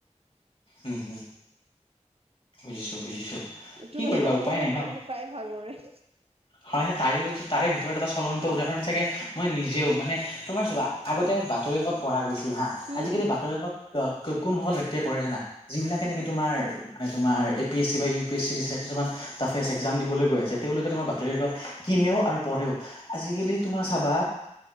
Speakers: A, on the left; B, on the right.
A: উম হুম বুজিছোঁ বুজিছো।
B: এইটো
A: কি
B: মানে
A: কৰিবা
B: অকল মোৰো
A: উপায়
B: নহয়
A: নাই ন
B: মানে প্ৰায়ে ভাগৰে।
A: হয় স তাৰে তাৰে ভিতৰত এটা চলন্ত উদাহৰণ চাগে! মই নিজেও মানে তোমাৰ চাবা আগতে বাতৰিকাকত পঢ়া গৈছিল হা,
B: উম,
A: আজিকালি
B: হম,
A: বাতৰি কাকত! অ কোনসকল ব্যক্তিয়ে পঢ়ে জানা যিবিলাকে নেকি তোমাৰ! মানে তোমাৰ এ পি এছি বা ইউ পি এছ চি দিচ কিছুমান টাফেচ এক্সাম দিবলৈ গৈ আছে তেওঁলোকে তোমাৰ! ত কিনেও আৰু পঢ়েও আজিকালি তোমাৰ
B: উম,
A: চাবা!